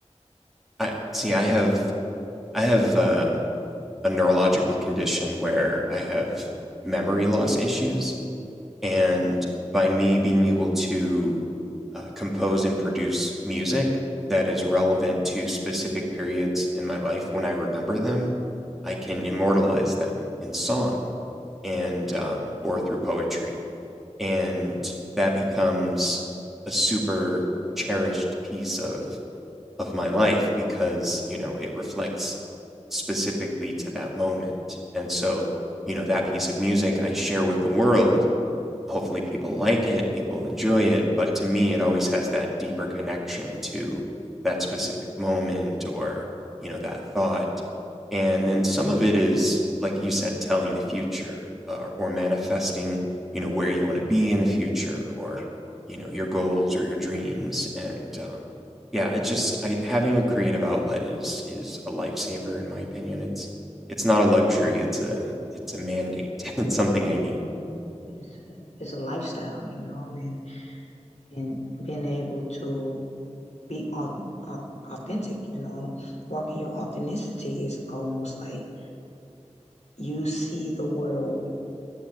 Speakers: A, in the centre; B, on the left (about 70°).
A: I see, I have, I have uh, a neurological condition where I have memory loss issues. And by me being able to uh, compose and produce music that is relevant to specific periods in my life. When I remember them, I can immortalize them in song and um, or through poetry, and that becomes a super cherished piece of of my life because you know it reflects specifically to that moment, and so you know that piece of music I share with the world hopefully people like it, people enjoy it, but to me it always has that deeper connection to that specific moment or, you know, that thought. And then some of it is like you said telling the future uh, or manifesting, you know, where you want to be in the future or, you know, your goals or your dreams and um yeah, it's just I, having a creative outlet is is a lifesaver in my opinion. It's it's not a luxury, it's a it's a mandate. <laughs> It's something I need.
B: Yeah, it's a, it's a lifestyle, you know, and and being able to be au- au- authentic, you know, walking your authenticity is almost like you see the world